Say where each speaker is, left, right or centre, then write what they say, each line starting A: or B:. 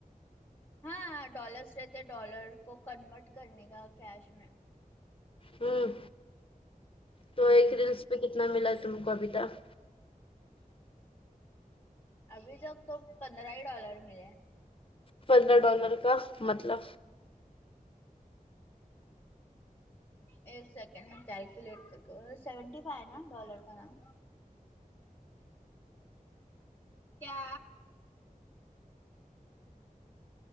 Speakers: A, on the left; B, on the left.
A: ہاں ڈالرس رہتے ڈالر کو کنورٹ کرنے کا کیش میں
B: ہوں
A: ہوں
B: تو ایک ریلس پہ کتنا ملا تم کو ابھی تک
A: ابھی تک تو پندرہ ہی ڈالر ملے ہیں
B: پندرہ ڈالر کا مطلب
A: ایک سکینڈ میں کلکو لٹ کر بولتی سیون ٹی فائیو ہے نہ ڈالر کا نام کیا